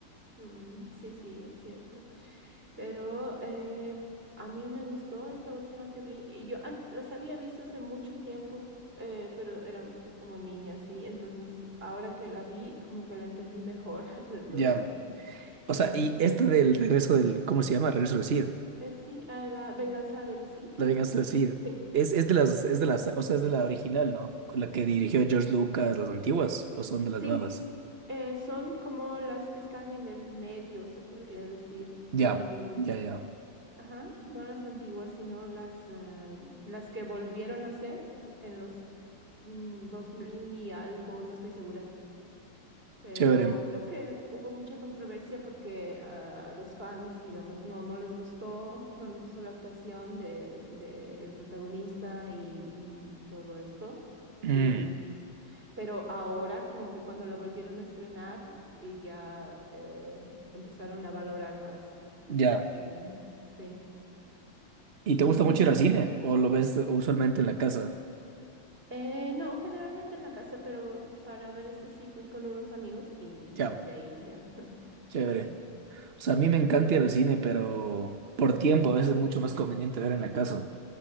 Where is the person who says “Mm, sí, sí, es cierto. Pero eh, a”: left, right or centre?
Right